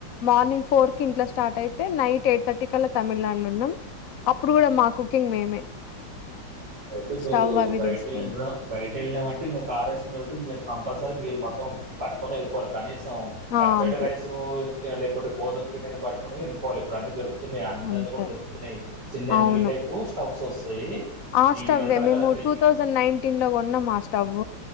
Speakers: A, on the left (about 65°); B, on the right (about 60°).
A: మార్నింగ్ ఫోర్ కి ఇంట్లో స్టార్ట్ అయితే నైట్ ఎయిట్ థర్టీ కలా తమిళనాడులో ఉన్నాం అప్పుడు కూడా మా కుకింగ్ మేమే
B: అయితే మీరు
A: స్టవ్ అవి
B: బయట
A: తీసుకెళ్ళి
B: వెళ్ళినప్పుడు బయట వెళ్ళినామంటే ఇంకా కార్ వేసుకుని వెళ్తే మీరు కంపల్సరీ మీరు మొత్తం పట్టుకొని వెళ్ళిపోవాలి కనీసం
A: ఆ
B: పచ్చడి
A: అంతే
B: రైసు లేకుంట గోధుమ పిండిని పటుకొని వెళిపోలి ఇప్పు డు అన్నీ యి అమెజాన్
A: అంతే
B: లో కూడా దొరుకుతున్నాయి చిన్న
A: అవును
B: మిని టైప్ స్టవ్స్ వస్తాయి
A: ఆ
B: ఈ
A: స్టవే
B: వీళ్ళు ఉంటారు
A: మేము
B: కదా ట్రిక్
A: టూ థౌజండ్ నైన్టీన్ లో కొన్నాం ఆ స్టవ్